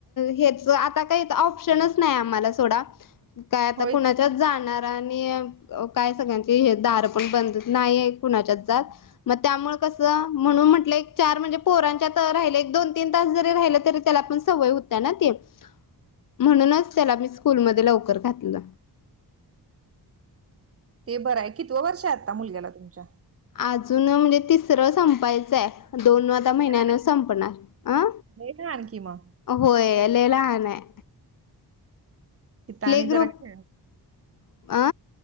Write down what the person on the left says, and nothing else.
हेच आता काही ऑप्शनच नाही आम्हाला सोडा काय आता
कुणाच्या जाणार आणि काय सगळ्यांचे हे दार पण बंद नाहीये कुणाच्याच जात मग त्यामुळे कसं म्हणून म्हटलं एक चार म्हणजे पोरांच्यात राहिले एक दोन तीन तास जरी राहिले तरी त्याला पण सवय होत ना ते म्हणूनच त्याला मी स्कूलमध्ये लवकर घातलं
अजून म्हणजे तिसरं संपायचंय दोन वाता
महिन्यानं
संपणार अ
होय ल लहान आहे
प्ले
ग्रूप
आ